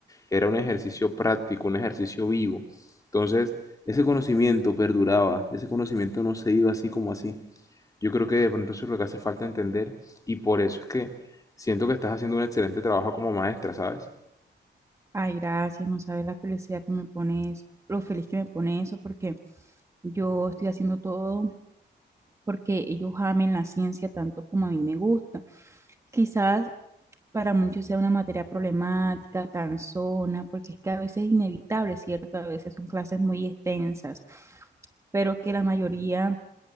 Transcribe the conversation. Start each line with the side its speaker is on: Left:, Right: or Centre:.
Left: Era un ejercicio práctico, un ejercicio vivo. Entonces, ese conocimiento perduraba, ese conocimiento no se iba así como así. Yo creo que de pronto eso es lo que hace falta entender y por eso es que siento que estás haciendo un excelente trabajo como maestra, ¿sabes?
Right: Ay, gracias, no sabes la felicidad que me pone eso, lo feliz que me pone eso, porque yo estoy haciendo todo porque ellos amen la ciencia tanto como a mí me gusta. Quizás para muchos sea una materia problemática, cansona, porque es que a veces es inevitable, ¿cierto? A veces son clases muy extensas, pero que la mayoría